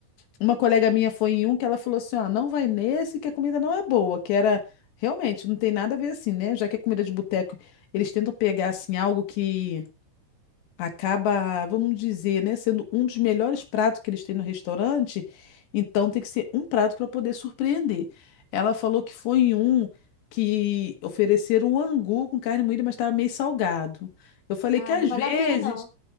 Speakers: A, on the left; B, on the left.
A: Uma colega minha foi em um que ela falou assim, ó, não vai nesse que a comida não é boa, que era realmente não tem nada a ver assim, né? Já que é comida de boteco, eles tentam pegar assim algo que acaba, vamos dizer, né, sendo um dos melhores pratos que eles têm no restaurante, então tem que ser um prato para poder surpreender. Ela falou que foi em um que ofereceram um angu com carne moída, mas estava meio salgado. Eu falei
B: Ai,
A: que às
B: não
A: vezes,
B: vale a pena não.